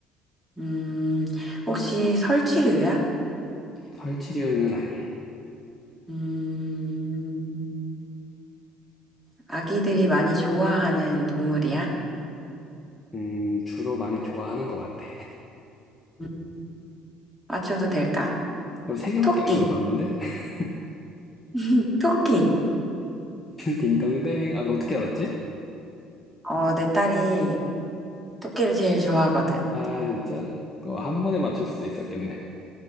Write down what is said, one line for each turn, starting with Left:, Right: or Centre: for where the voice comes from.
Centre: 음, 혹시 설치류야?
Left: 설치류는 아니야.
Centre: 음, 아기들이 많이 좋아하는 동물이야?
Left: 음, 주로 많이 좋아하는 것 같아.
Centre: 음, 맞춰도 될까?
Left: 그걸 세 개밖에
Centre: 토끼,
Left: 안 물어봤는데? <laughs>
Centre: 음, 토끼.
Left: 딩동댕. 아, 어떻게 알았지?
Centre: 어, 내 딸이 토끼를 제일 좋아하거든.
Left: 아, 진짜? 어, 한 번에 맞출 수 있었겠네.